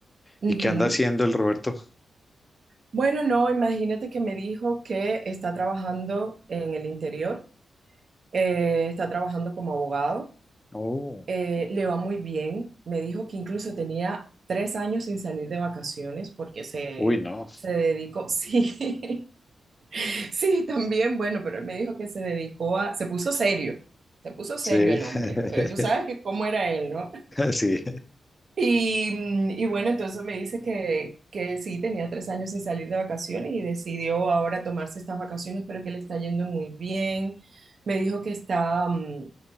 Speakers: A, on the right; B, on the left.
A: Ujú.
B: ¿Y qué anda haciendo el Roberto?
A: Bueno, no, imagínate que me dijo que está trabajando en el interior, eh, está trabajando como abogado
B: Oh,
A: eh, le va muy bien. Me dijo que incluso tenía tres años sin salir de vacaciones porque se,
B: uy, no.
A: se dedicó, <laughs> sí, sí, también, bueno, pero él me dijo que se dedicó a, se puso serio, se puso serio
B: Sí,
A: el hombre,
B: <laughs>
A: pero tú sabes que cómo era él, ¿no? <laughs>
B: sí.
A: Y, mm, y bueno, entonces me dice que, que sí, tenía tres años sin salir de vacaciones y decidió ahora tomarse estas vacaciones, pero que le está yendo muy bien. Me dijo que está... mm,